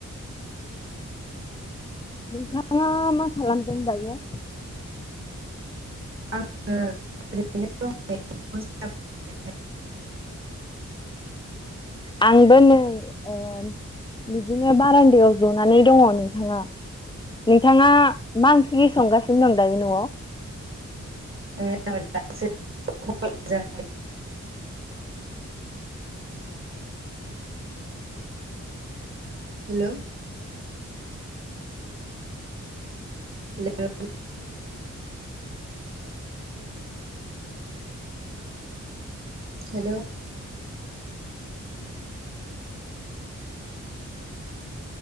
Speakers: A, on the left (about 15°); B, on the right (about 45°).
A: नोंथाङा मा खालामदों दायो?
B: आंङो ओरैनो दं दायो।
A: आंबो नै ओ बिदिनो बारान्दायाव जनानै दङ नोंथां आं। नोंथाङा मा ओंख्रि संगासिनो दं दायो न'आव?
B: <inaudible> जों हेल'। हेल'। हेल'।